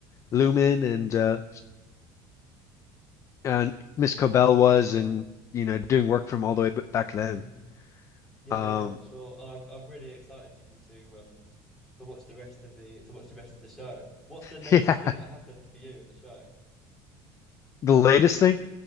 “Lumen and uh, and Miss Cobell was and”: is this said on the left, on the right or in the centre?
Left